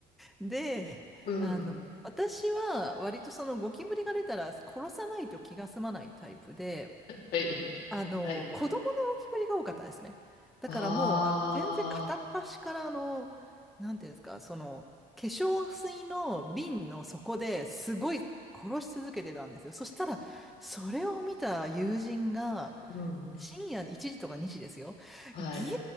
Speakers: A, in the centre; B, on the left.
A: で、
B: うん。
A: あの、私は割とそのゴキブリが出たら殺さないと気が済まないタイプで、
B: はい。
A: あの、
B: はい。
A: 子供の浮き彫りが多かったですね。だからもう、
B: あ
A: あの全然片っ端からあの、なんていうんですか、その、化粧水の瓶の底ですごい殺し続けてたんですよ。そしたら、それを見た友人が、
B: あ、うん。
A: 深夜1時とか2時ですよ。
B: はい。
A: ギャ